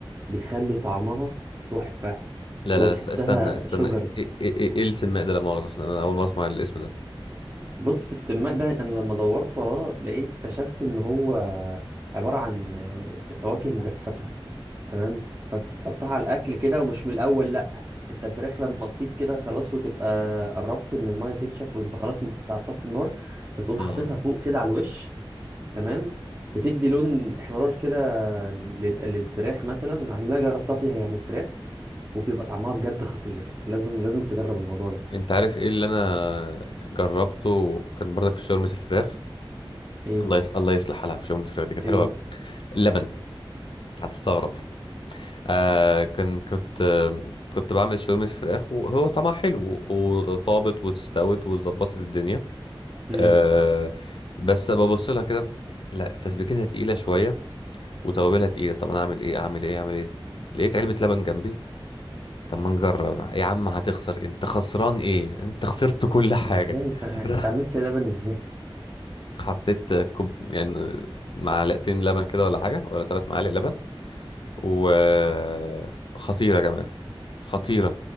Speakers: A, on the right; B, on the left.
A: بيخلي طعمها تحفة
B: لا
A: وتحسها
B: لا است- استنى استنى
A: شجري
B: ايه ايه, إيه إيه السماء ده لا مؤاخذه عشان انا اول مره اسمع الاسم ده
A: بص السماق ده انا لما دورت وراه لقيت اكتشفت ان هو عبارة عن آه، فواكه مجففة تمام فانت تحطها على الاكل كده ومش من الاول لا انت الفراخ لما تطيب كده خلاص وتبقى قربت ان الميه تنشف وتبقى خلاص انت هتطفي النار بتقوم
B: امم
A: حاططها فوق كده على الوش تمام بتدي لون احمرار كده لل- لل- للفراخ مثلا على اللي انا جربتها فيها يعني الفراخ وبيبقى طعمها بجد خطير لازم لازم تجرب الموضوع ده
B: انت عارف ايه اللي انا جربته كان برضك في شاورما الفراخ
A: ايه
B: الله يصلح الله يصلح حالها في شاورما الفراخ دي كانت حلوه
A: ايه
B: أوي. اللبن هتستغرب آه كان كنت آه كنت بعمل شاورما فراخ وهو طعمها حلو وطابت واستوت وظبطت الدنيا
A: امم
B: آه بس ببص لها كده لا تسبيكتها تقيله شويه وتوابلها تقيله طب انا اعمل ايه اعمل ايه اعمل ايه لقيت علبه لبن جنبي طب ما نجرب يا عم هتخسر انت خسران ايه انت خسرت كل حاجه
A: ازاي ت- استعملت
B: <laughs>
A: لبن ازاي
B: حطيت كوب يعني معلقتين لبن كده ولا حاجه ولا ثلاث معالق لبن وخطيرة يا جماعة خطيرة